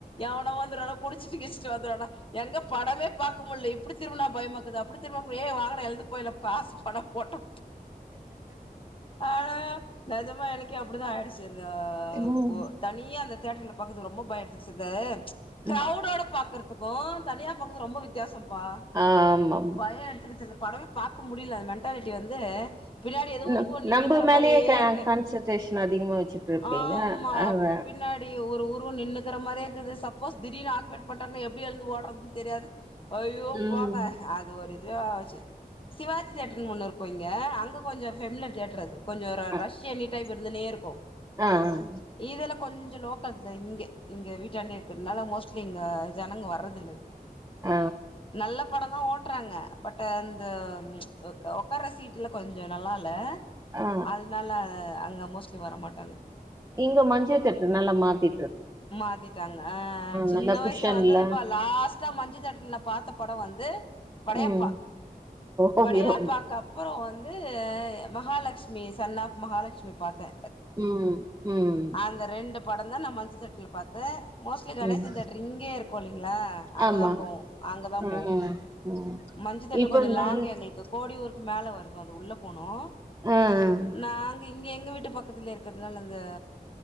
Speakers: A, on the left; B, on the right.
A: எவனோ வந்துரானா குடிச்சிட்டு கிடிச்சிட்டு வந்துருவானா எங்க படமே பாக்க முட்ல இப்புடி திரும்புனா பயமாக்குது அப்புடி திரும்புபோ ஏ வாங்கடா எழுந்து போய்லா காசு போனா போட்டோ ஆனா நெஜமா எனக்கே அப்புடிதா ஆயிடுச்சு இந்த அ
B: ம்
A: ஓ தனியா அந்த தேட்டர் பாக்கறதுக்கு ரொம்ப பயோ எடுத்துச்சு இந்த
B: ம்
A: க்ரௌடோட பாக் ததுக்கு தனியா பாக்குறது ரொம்போ வித்தியாசம்ப்பா
B: ஆ ஆமா
A: பயோ எடுத்துக்குச்சு அந்த படமே பாக்க முடியுல அ அத்தாரட்டி வந்து பின்னாடி எதோ
B: ந
A: உருவம் நின்னுக்குற
B: நம்ம மேலயே
A: மாரியே
B: க
A: இருக்கு
B: கான்சன்ட்ரேஷன் அதிகமா வச்சுட்டு இருப்பீங்க
A: ஆமா
B: அத
A: பின்னா டி ஒரு உருவோ நின்னுக்குற மாரியேக்குது சப்போஸ் திடீர்னு ஆப்ரேட் பண்ட்டாங்கன்னா எப்டி எழுந்து ஓடுறதுன்னே தெரியாது அய்யோ
B: ம்
A: போங்க அது ஒரு இதுவே ஆச்சு சிவாஜி தேயேட்டருன்ன ஒன்னு இருக்கோ இங்க அங்கே கொஞ்சோ ஃபெமிலர் தேட்டர் அது கொஞ்சோ ஒரு
B: அ
A: ரஷ் எனினி டைம் இருந்துனே இருக்கோ
B: ஆ ஆ
A: இதெல்லா கொஞ்சோ லோக்கல் இங்க இங்க வீட்டாண்டி இருக்கிறதுனால மோஸ்ட்லி இங்க ஜனங்க வர்றதுல்ல அதுக்
B: ஆ
A: நல்ல படோந்தா ஓட்றாங்க பட் அந்த ஒக் ஒக்கார்ற சீட்லா கொஞ்சோ நல்லா இல்ல அது
B: ஆ
A: அதனால அங்கே மோஸ்ட்லி வர மாட்டாங்க
B: இங்க மஞ்சள் தேட்ரு நல்லா மாத்திட்
A: மாத்திட்டாங்க அ சின்ன
B: நல்லா
A: வயசுல
B: குஷன்ல
A: வந்ததுப்பா லாஸ் தா மஞ்சுதேட்ருல பாத்த படம் வந்து படையப்பா
B: ம் ஓ
A: படையாப்பா
B: ஹீரோ
A: கப் அப்புறோ வந்து மகாலக்ஸ்மி சன் ஆஃப் மகாலக்ஸ்மி பாத்தே
B: ம் ம்
A: அந்த ரெண்டு படோ தா நா மஞ்ச தேட்ர்ல பாத்த மோஸ்லி கணேச
B: ம்
A: தேட்ரு இங்கே இருக்கோ இல்லீங்களா அங்க
B: ஆமா
A: தா போவோ அங்க தா
B: ம்
A: போவோ
B: ம்
A: மஞ்சு தேட்ரு
B: இப்ப
A: கொஞ்சோ
B: நாள்
A: லாங் எங்குளுக்கு கோடி ஊருக்கு மேல வருது அத உள்ள போணோ
B: ம் ம்
A: நாங்க இங்க எங்க வீட்டு பக்கத்துல இருக்குறதுனால அந்த